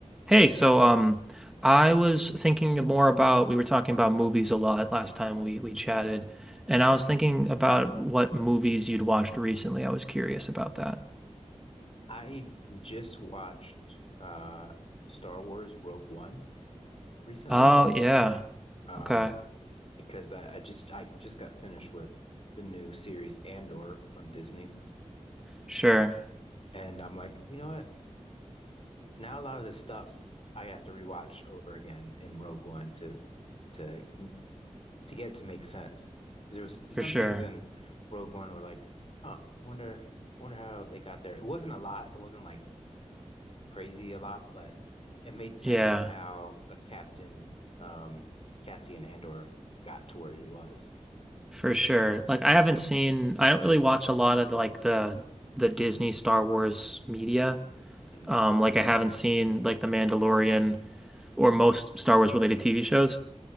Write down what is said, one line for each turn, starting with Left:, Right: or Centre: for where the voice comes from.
Centre: Hey, so um, I was thinking more about we were talking about movies a lot last time we we chatted, and
Left: Mhm.
Centre: I was thinking about what movies you'd watched recently. I was curious about that.
Left: I just watched uh Star Wars Rogue One recently.
Centre: Oh yeah,
Left: Um,
Centre: okay,
Left: because I, I just I just got finished with the new series Andor on Disney.
Centre: sure,
Left: And I'm like, you know what? Now a lot of this stuff I have to rewatch over again in Rogue One to to to get it to make sense. 'Cause There was
Centre: for
Left: some
Centre: sure,
Left: things in Rogue One were like, huh, wonder wonder how they got there. It wasn't a lot. It wasn't like crazy a lot, but it made sense
Centre: yeah,
Left: on how a captain, um, Cassian Andor got to where he was.
Centre: for sure. Like I haven't seen, I don't really watch a lot of like the the Disney Star Wars media.
Left: Mm.
Centre: Um, like I haven't seen like The Mandalorian or most Star Wars related TV shows.